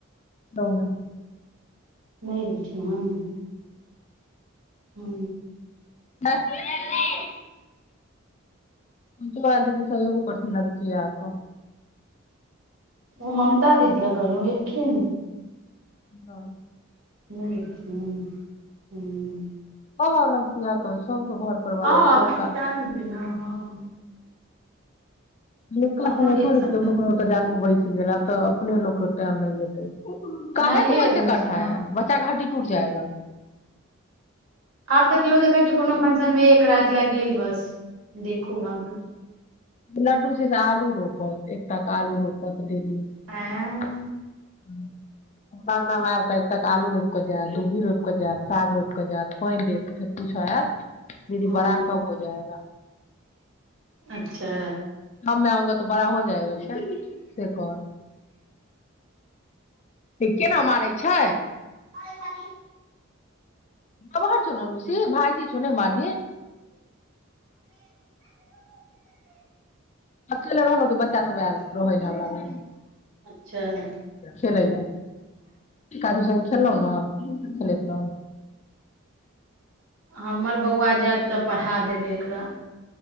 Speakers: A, on the left (about 35°); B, on the right (about 75°).
A: दोन
B: नहि एलखिन हँ हू
A: <unintelligible> पुनंचला दीदी सब ऐबो करथीन लगचिया क
B: ओ ममता दीदी ल कहलहु एलखिन
A: नइ
B: नहि एथिन हूँ
A: <unintelligible> इह कहबै सबके घर परिवार
B: हँ एखन
A: सबका
B: विचार मे छै ने हँ
A: लक
B: एखनो
A: सङ
B: एक
A: थोे
B: सप्ताह
A: द दुत जग ब गेला तऽ अपने लोक के टाइम नहि जेते काहे
B: नहिये
A: तुम
B: रहै
A: ऐसे कर
B: छै
A: रहाै
B: हँ
A: बच्चा क हड्डी टूट जाएगा
B: आब तऽ केओ देखैत छै कोनो फंक्शनमे एक राति लए गेल बस देखू भागू
A: लड्डू से से आलू रो रोपत एकटा क आलू रोपत डेली <unintelligible>
B: ऐं
A: गनामे आब क तक आलू रोपि कऽ जायत दुभी रोपिऽ जायत साग रोपि कऽ जायत पानि देत तऽ फेर पूछऽ आयत दीदी
B: हँ
A: बड़ा कब हो जाएगा
B: अच्छा
A: हम मै आंगा तो बड़ा हो जाएगा से कह केना मारै छै
B: आय हाय
A: नमहर छ ननुसी भइजी छ ने मढ़ी अक ल रहल ब ल हमरा ल
B: अच्छा
A: खेलै ल को स खेललहुं ने ्राम
B: हमर बौआ जायत तऽ पढ़ा देबै एकरा